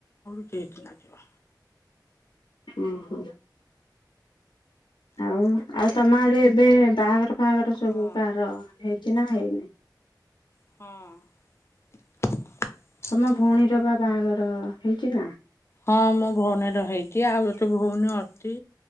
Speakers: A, on the left; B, on the left.
A: <unintelligible>
B: ଓହୋ ଆଉ ଆଉ ତମ ଆଡେ ଏବେ ବାହାଘର ବାହାଘର
A: ହଁ
B: ସବୁ କାହାର ହେଇଛି ନା ହେଇନି।
A: ହଁ।
B: ତମ ଭଉଣୀର
A: ଅ
B: ବା ବାହାଘର ହେଇଛି ନା।
A: ହଁ ମୁଁ ଭଉଣୀ ର ହେଇଛି ଆଉ ଗୋଟେ ଭଉଣୀ ଅଛି।